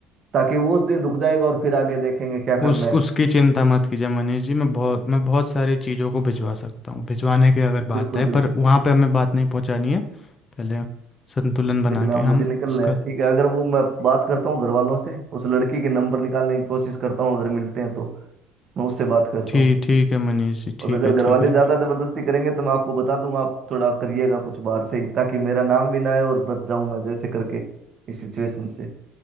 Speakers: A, on the right; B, on the left.
A: ताकि वो उस दिन रुक जाएगा और फिर आगे देखेंगे क्या करना
B: उस
A: है
B: उसकी चिंता मत कीजिए मनीष जी मैं बहुत मैं बहुत सारे चीज़ों को भिजवा सकता हूँ भिजवाने की अगर बात
A: बिल्कुल
B: है
A: बिल्कुल
B: पर वहाँ पे हमें बात नहीं पहुँचानी है पहले संतुलन बना
A: लेकिन आप
B: के हम
A: मुझे निकलना
B: इसका
A: है ठीक है अगर वो मैं बात करता हूँ घर वालों से उस लड़की के नंबर निकालने की कोशिश करता हूँ अगर मिलते हैं तो मैं उससे बात करता
B: ठीक
A: हूँ
B: ठीक है मनीष जी ठीक
A: और अगर
B: है
A: घर
B: ठीक
A: वाले
B: है
A: ज्यादा जबरदस्ती करेंगे तो मैं आपको बता दूंगा आप थोड़ा करिएगा कुछ बाहर से ही ताकि मेरा नाम भी ना आए और बच जाऊं मैं जैसे करके इस सिचुएशन से